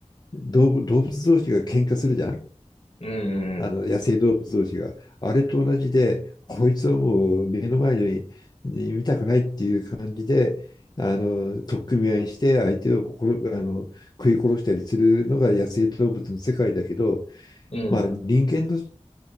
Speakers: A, on the left; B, on the left.
A: 動物動物同士が喧嘩するじゃん。
B: うん、
A: あの野生動物同士が、あれと同じで、こいつはもう目の前に見たくないっていう感じで、あの取っ組み合いして相手を殺あの食い殺したりするのが野生動物の世界だけど、
B: うん、うん、
A: まあ、人間の